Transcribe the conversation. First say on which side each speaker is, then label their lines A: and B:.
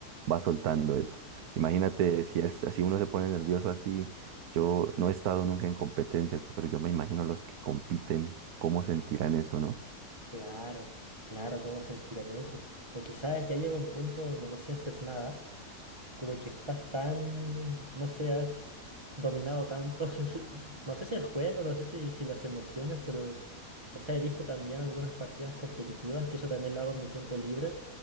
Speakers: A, on the right (about 70°); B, on the right (about 20°).
A: va soltando eso. Imagínate si es así, uno se pone nervioso así. Yo no he estado nunca en competencias, pero yo me imagino los que compiten, cómo sentirán eso, ¿no?
B: Claro, claro, ¿cómo sentirán eso? O quizás ya llega un punto donde no sientes nada Como que estás tan, no sé, has dominado tanto, <laughs> el- no sé si el juego, no sé si, si las emociones, pero, o sea, he visto también algunas partidas competitivas, que eso también lo hago en mi tiempo libre.